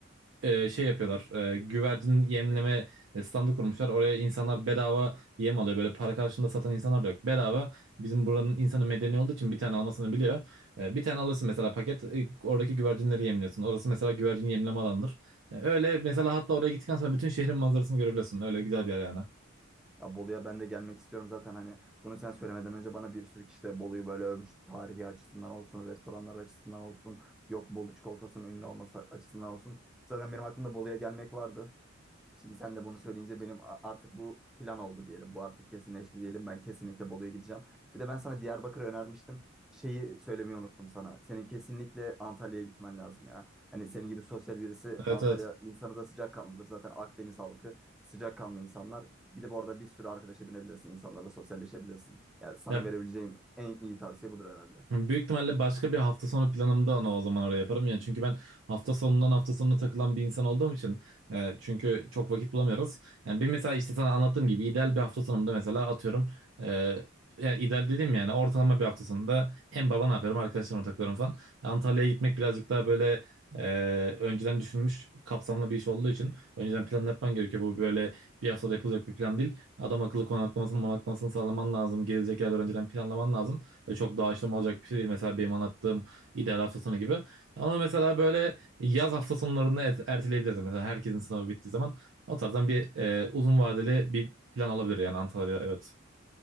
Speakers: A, on the right (about 70°); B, in the centre.
A: e, şey yapıyorlar. E, güvercin yemleme standı kurmuşlar. Oraya insanlar bedava yem alıyor. Böyle para karşılığında satan insanlar da yok. Bedava bizim buranın insanı medeni olduğu için bir tane almasını biliyor. E, bir tane alırsın mesela paket. e, oradaki güvercinleri yemliyorsun. Orası mesela güvercin yemleme alanıdır. E, öyle mesela hatta oraya gittikten sonra bütün şehrin manzarasını görebiliyorsun. Öyle güzel bir yer yani.
B: Ya Bolu'ya ben de gelmek istiyorum zaten hani bunu sen söylemeden önce bana bir sürü kişi de Bolu'yu böyle övmüş. Tarihi açısından olsun, restoranlar açısından olsun, yok Bolu çikolatasının ünlü olması açısından olsun. Zaten benim aklımda Bolu'ya gelmek vardı. Şimdi sen de bunu söyleyince benim a- artık bu plan oldu diyelim. Bu artık kesinleşti diyelim. Ben kesinlikle Bolu'ya gideceğim. Bir de ben sana Diyarbakır'ı önermiştim. Şeyi söylemeyi unuttum sana. Senin kesinlikle Antalya'ya gitmen lazım ya. Hani senin gibi sosyal birisi
A: Evet
B: Antalya
A: evet.
B: insanı da sıcakkanlıdır. Zaten Akdeniz halkı sıcakkanlı insanlar. Gidip orada bir sürü arkadaş edinebilirsin. İnsanlarla sosyalleşebilirsin. Ya sana
A: Ya
B: verebileceğim en iyi tavsiye budur herhalde.
A: Büyük ihtimalle başka bir hafta sonu planımda onu o zaman oraya yaparım. Yani çünkü ben hafta sonundan hafta sonuna takılan bir insan olduğum için e, çünkü çok vakit bulamıyoruz. Yani benim mesela işte sana anlattığım gibi ideal bir hafta sonunda mesela atıyorum e, yani ideal dedim yani ortalama bir hafta sonunda en baba ne yapıyorum arkadaşlarımla takılıyorum falan. Antalya'ya gitmek birazcık daha böyle e, önceden düşünülmüş kapsamlı bir iş olduğu için önceden planını yapman gerekiyor. Bu böyle bir haftada yapılacak bir plan değil. Adam akıllı konaklamasını monaklamasını sağlaman lazım. Gezilecek yerler önceden planlaman lazım. Ve çok da aşılama olacak bir şey değil. Mesela benim anlattığım ideal hafta sonu gibi. Ama mesela böyle yaz hafta sonlarını et- erteleyebiliriz. Mesela herkesin sınavı bittiği zaman o tarzdan bir e, uzun vadeli bir plan olabilir yani Antalya'da evet.